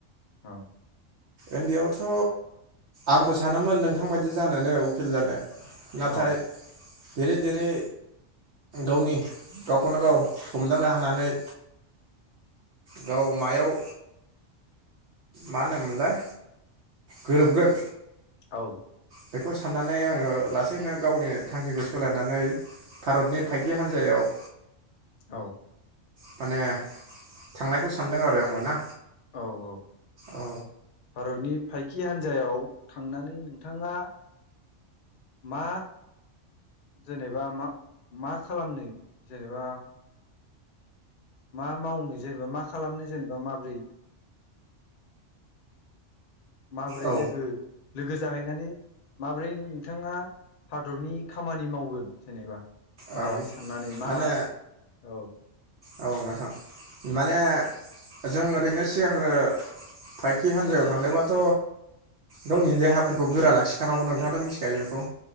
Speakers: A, on the left (about 50°); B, on the right (about 65°).
A: औ
B: उन्दैयावथ' आंबो सानोमोन नोंथां बादि जानोनो उखिल जानो नाथाय
A: औ
B: देरै देरै गावनि गावखौनो गाव हमदांनो हानानै गाव मायाव मा होनोमोनलाय गोरोबगोन
A: औ
B: बेखौ साननानै आङो लासैनो गावनि थांखिखौ सोलायनानै भारतनि फायखि हान्जायाव
A: औ
B: माने थांनायखौ सानदों आरो आंबो ना
A: औ औ
B: औ
A: भारतनि फायखि हान्जायाव थांनानै नोंथाङा मा जेनेबा मा मा खालामनो जेनेबा मा मावनो जेनेबा मा खालामनो जेनेबा माब्रै माबोरै
B: औ
A: लोगो लोगो जाहै नानै माब्रै नोंथाङा हादरनि खामानि मावगोन जेनेबा माबोरै
B: औ
A: साननानै मा
B: माने
A: औ
B: औ नोंथां माने जों ओरैनो सिगांग्रो फायखि हान्जायाव थांदोंबाथ' गावनि देहाफोरखौ गोरा लाखिखानांगौ नोंथाङाथ' मिथिखायो बेखौ